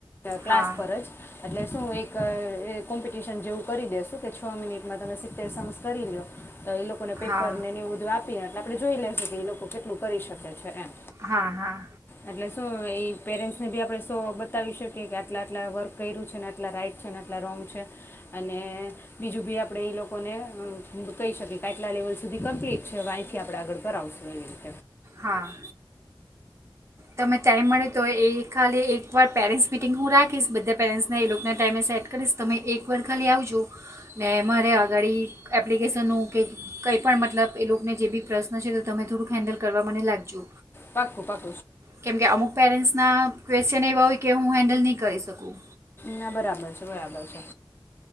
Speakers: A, on the left; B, on the right.
A: ક્લાસ
B: હા
A: પર જ એટલે શું એક એ કોમ્પિટિશન જેવું કરી દેસું કે છ મિનિટમાં તમે સિત્તેર સોંગસ કરી લો તો એ લોકો ને પેપર
B: હા
A: ને ને વધધું આપે એટલે આપે જોઈ લેશું કે લોકો કેટલું કરી શકે છે એમ
B: હા હા
A: એટલે તો એ પેરેન્ટ્સને બી આપણે શો બતાવી શકીએ કે આટલા આટલા વર્ક કર્યું છે ને આટલા રાઈટ છે ને આટલા રોંગ છે અને બીજું બી આપણે ઈ લોકોને કહી શકીએ કે આટલા લેવલ સુધી કમ્પ્લીટ છે અવે આયથી આપણે આગળ કરાવશું એવી રીતે.
B: હા તમે ટાઈમ મળે તોય એ ખાલી એકવાર પેરેન્ટ્સ મિટિંગ હું રાખીશ બધા પેરેન્ટ્સને એ લોકોન ટાઈમે સેટ કરીશ તમે એકવાર ખાલી આવજો ને મારે આગાડી એપ્લિકેશનોનું કે કંઈ પણ મતલબ એ લોકોને જે બી પ્રશ્ન છે તો તમે થોડુંક હેન્ડલ કરવા મને લાગજો.
A: પાકું પાકું.
B: કેમ કે અમુક પેરેન્ટ્સના ક્વેસ્ચન એવા હોય કે હું હેન્ડલ નહીં કરી શકું.
A: ના બરાબર છે બરાબર છે